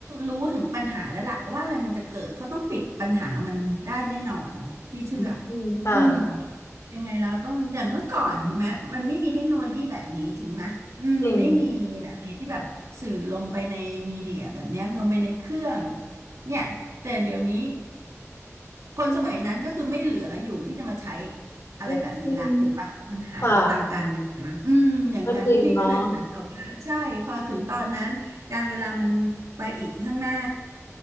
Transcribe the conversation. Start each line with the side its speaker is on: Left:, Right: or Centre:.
Right: รู้ถึงปัญหาแล้วล่ะว่าอะไรมันจะเกิดเขาต้องปิดปัญหามันได้แน่นอนพี่เชื่อ
Left: อืมค่ะ
Right: อืมยังไงเราต้องอย่างเมื่อก่อนใช่ไหมมันไม่มีเทคโนโลยีแบบนี้จริงไหมอืมไม่มีแบบไหนที่แบบ
Left: จริง
Right: สื่อลงไปในมีเดียแบบเนี้ยลงไปในเครื่องเนี่ยแต่เดี๋ยวนี้ คนสมัยนั้นก็คือไม่ได้เหลืออยู่ที่จะมาใช้อะไรแบบนี้ละถูกปะมันหายไปตามกาลเวลาอืมอย่างนั้นพี่ก็เลยเหมือนกับว่าใช่พอถึงตอนนั้นการเวลามันไปอีกข้างหน้า
Left: อืมค่ะก็จริงเนาะ